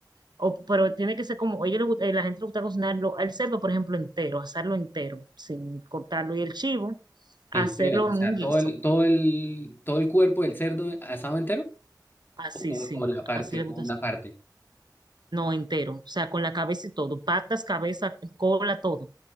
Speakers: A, on the right; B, on the left.
A: o, pero tiene que ser como, a ellos les gusta- eh, la gente le gusta cocinarlo, el cerdo, por ejemplo, entero, asarlo entero, sin cortarlo, y el chivo, hacerlo
B: Entero, o
A: en
B: sea,
A: un
B: todo
A: guiso,
B: el, todo el, todo el cuerpo del cerdo asado entero
A: así,
B: o solo
A: sí,
B: como la parte,
A: así le gusta
B: o una parte.
A: No, entero, o sea, con la cabeza y todo, patas, cabeza, cola, todo.